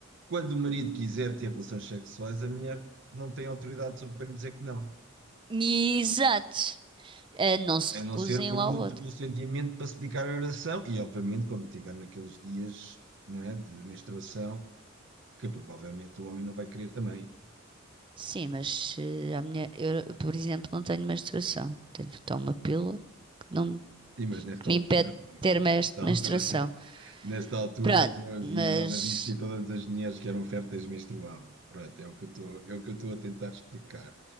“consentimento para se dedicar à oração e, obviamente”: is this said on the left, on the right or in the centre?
Right